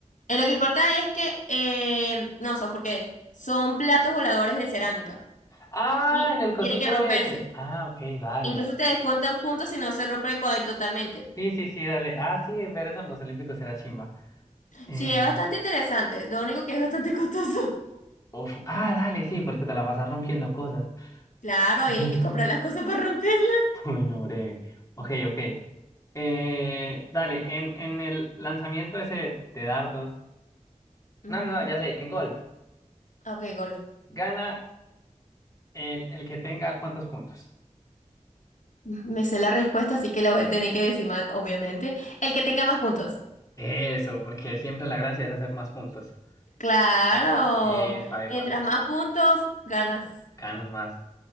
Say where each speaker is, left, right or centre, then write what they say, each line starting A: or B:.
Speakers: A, on the left; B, on the left.
A: Eh, lo que importa es que, eh, no, son porque son platos voladores de cerámica
B: Ah,
A: y
B: en el cosito
A: tiene que romperse.
B: de ese. Ah, ok, dale.
A: Incluso te descuentan puntos si no se rompe co- totalmente.
B: Sí, sí, sí, dale. Ah, sí, ver eso en los Olímpicos era chimba. Eh,
A: Sí, es bastante interesante, lo único que es bastante costoso. <laughs>
B: Uf, ah, dale, sí, porque te la vas a rompiendo cosas.
A: Claro,
B: <laughs>
A: y hay que comprar las cosas para romperlas.
B: Bueno, breve. Ok, ok. Eh, dale, en, en el lanzamiento ese de dardos.
A: Ujú.
B: No, no, no, ya sé, en golf.
A: Ok, golf.
B: Gana el, el que tenga cuántos puntos.
A: Me sé la respuesta, así que la voy a tener que decir mal, obviamente. El que tenga más puntos.
B: Eso, porque siempre la gracia es hacer más puntos.
A: Claro.
B: Epa, epa, epa,
A: Mientras más puntos, ganas.
B: ganas más.